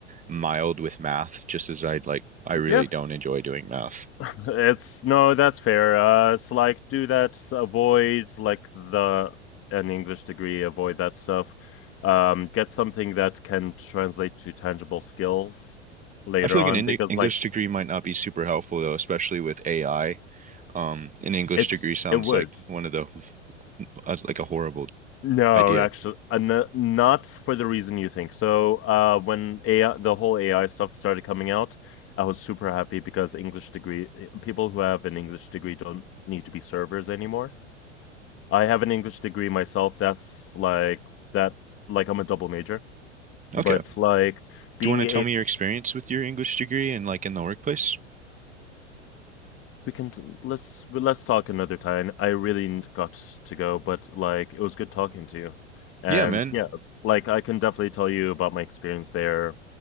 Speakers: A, on the right; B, on the left.
A: mild with math, just as I'd like I really
B: Yeah,
A: don't enjoy doing math.
B: <laughs> it's no, that's fair. Uh, it's like do that, avoid like the an English degree, avoid that stuff. Um, get something that can translate to tangible skills later
A: I feel
B: on
A: like an Eng-
B: because
A: English
B: like
A: degree might not be super helpful though, especially with AI. Um, an English
B: it's
A: degree sounds
B: it would.
A: like one of the uh, like a horrible
B: No,
A: idea.
B: actually, uh, no- not for the reason you think. So, uh, when AI, the whole AI stuff started coming out, I was super happy because English degree eh, people who have an English degree don't need to be servers anymore. I have an English degree myself. That's like that, like I'm a double major, but
A: Okay.
B: like being
A: Do you want to tell me your experience with your English degree and like in the workplace?
B: we can let's well, let's talk another time. I really got to go, but like it was good talking to you. And
A: Yeah, man.
B: yeah, like I can definitely tell you about my experience there